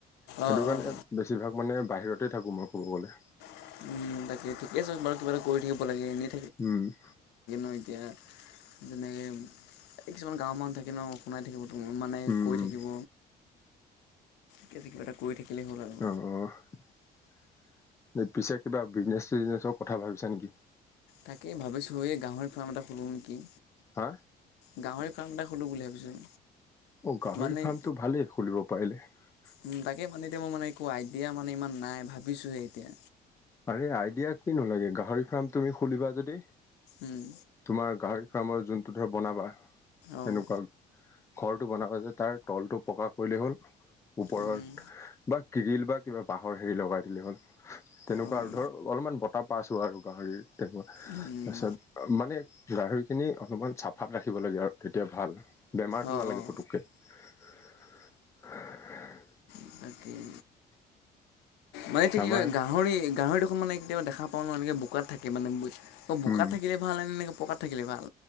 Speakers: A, on the left; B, on the left.
A: সেইটো
B: অঁ
A: কাৰণে
B: অঁ
A: বেছিভাগ মানে বাহিৰতে থাকো মই ক'ব গলে।
B: <unintelligible> উম তাকে ঠিকে আছে বাৰু কিবা এটা কৰি থাকিব লাগে এনে
A: উম <inaudible>
B: <unintelligible> এতিয়া যেনেকে কিছুমান গাঁওৰ মানুহ থাকে ন শুনাই থাকিব <unintelligible> মানে
A: উম,
B: কৰি
A: উম,
B: থাকিব লাগে কিবা এটা কৰি থাকিলেই হ'ল আৰু
A: অঁ পিছে কিবা বিজনেছ-চিজনেচৰ কথা ভাবিছা নেকি?
B: তাকেই ভাবিছো এই গাহৰিৰ ফাৰ্ম এটা খুলো নেকি।
A: হা?
B: <unintelligible> গাহৰি ফাৰ্ম এটা খোলোঁ বুলি ভাবিছোঁ।
A: অ গাহৰি
B: মানে
A: ফাৰ্মটো ভালেই খুলিব পাৰিলে। <unintelligible>
B: উম তাকে মানে এতিয়া মোৰ মানে একো আইডিয়া মানে ইমান নাই ভাবিছোহে এতিয়া।
A: আৰে আইডিয়া কিনো লাগে গাহৰি ফাৰ্ম তুমি খুলিবা যদি
B: উম
A: তোমাৰ গাহৰি ফাৰ্মৰ যোনটো ধৰ বনাবা
B: অঁ
A: এনেকুৱা ঘৰটো বনাব যে তাৰ তলটো প্ৰকাশ কৰিলেই হ'ল। ওপৰত
B: উম
A: বা গিৰিল বা কিবা বাঁহৰ হেৰি লগাই দিলে হ'ল। তেনেকুৱা
B: অঁ
A: আৰু ধৰ অলপমান বতাহ পাছ হোৱা আৰু গাহৰি তেনেকুৱা তাৰপাছত
B: উম
A: মানে গাহৰিখিনি অলপমান চাফাত ৰাখিব লাগে আৰু তেতিয়া ভাল। বেমাৰটো
B: অঁ
A: নালাগে
B: অঁ
A: পুতুককে। <unintelligible>
B: <unintelligible> তাকেই মানেটো কি
A: আমাৰ
B: কয় গাহৰি গাহৰি দেখোন নে কি <inaudible> <unintelligible> কেতিয়াবা দেখা পাওঁ ন এনেকে বোকাত থাকে মানে বোকাত
A: উম
B: থাকিলে ভাল নে এনেকৈ পকাত থাকিলে ভাল?